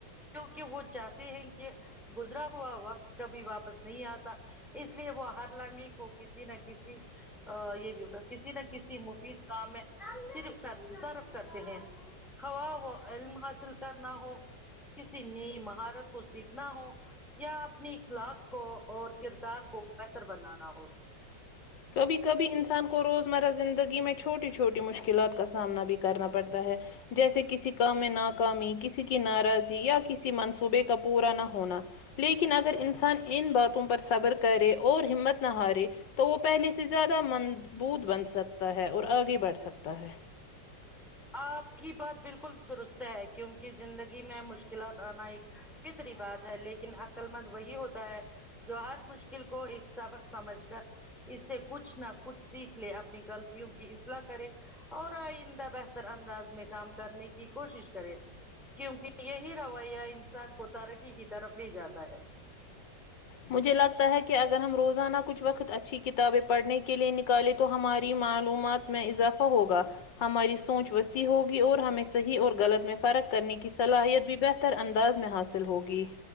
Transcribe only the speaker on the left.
کبھی کبھی انسان کو روزمرہ زندگی میں چھوٹی چھوٹی مشکلات کا سامنا بھی کرنا پڑتا ہے جیسے کسی کام میں ناکامی کسی کی ناراضی یا کسی منصوبے کا پورا نہ ہونا لیکن اگر انسان ان باتوں پر صبر کرے اور ہمت نہ ہارے تو وہ پہلے سے زیادہ مضبوط بن سکتا ہے اور آگے بڑھ سکتا ہے
مجھے لگتا ہے کہ اگر ہم روزانہ کچھ وقت اچھی کتابیں پڑھنے کے لیے نکالیں تو ہماری معلومات میں اضافہ ہوگا ہماری سوچ وسیع ہوگی اور ہمیں صحیح اور غلط میں فرق کرنے کی صلاحیت بھی بہ تر انداز میں حاصل ہوگی